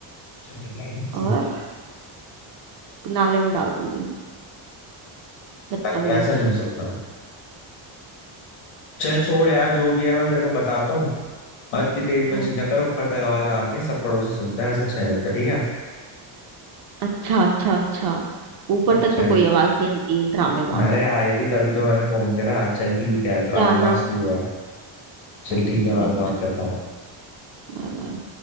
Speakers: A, on the left; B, on the right.
A: हम्म
B: और नाले में डाल दूंगी बदतमीज
A: नहीं ऐसा नहीं हो सकता चल छोड़ यार जो भी है मैं तेरे को बताता हूँ और इतनी तेज में
B: हम्म
A: चीजें करो ऊपर तक आवाज आती है सब पड़ोसी सुनते हैं ऐसा अच्छा नहीं लगता ठीक है
B: अच्छा अच्छा अच्छा ऊपर तक
A: चल
B: तो कोई आवाज नहीं आई थी ड्रामेबाज
A: अरे आई थी तभी तो मैंने फोन करा चल ठीक है ड्रामेबाज
B: क्या ना
A: तू है चल
B: हम्म
A: ठीक है बाद
B: ठीक
A: में बात
B: है
A: करता हूँ
B: Bye bye